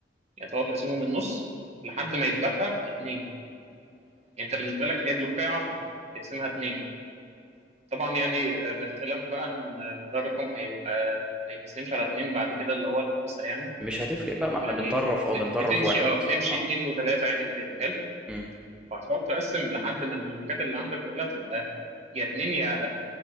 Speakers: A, on the right (about 40°); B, in the centre.
A: يعني تقعد تقسمهم النص لحد ما يتبقى اتنين يعني انت بالنسبة لك هي بلوكاية عشرة تقسمها اتنين طبعا يعني آه، باختلاف بقى ان آه، ده رقم هيبقى ما يتقسمش على اتنين بعد كده اللي هو الخمسة يعني
B: مش هتفرق بقى
A: يعني
B: ما احنا بنطرف اه
A: بت-
B: بنطرف
A: بتمشي
B: واحد
A: اه
B: مثلا
A: بتمشي
B: اه
A: اتنين وتلاتة يعني وكده حلو
B: إمم.
A: فهتقعد تقسم لحد ما البلوكات اللي عندك كلها تبقى يا اتنين يا اقل